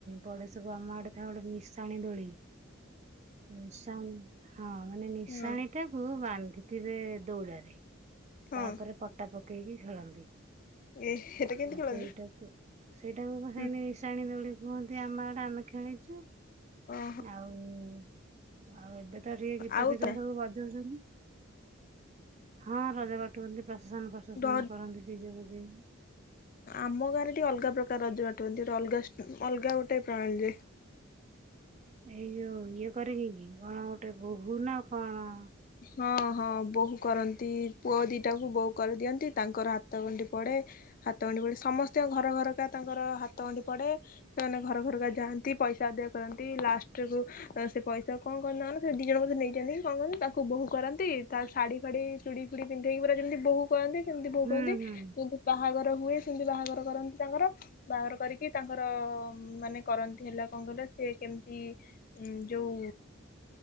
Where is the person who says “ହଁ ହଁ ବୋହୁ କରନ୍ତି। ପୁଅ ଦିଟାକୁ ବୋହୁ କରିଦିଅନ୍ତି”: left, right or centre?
Left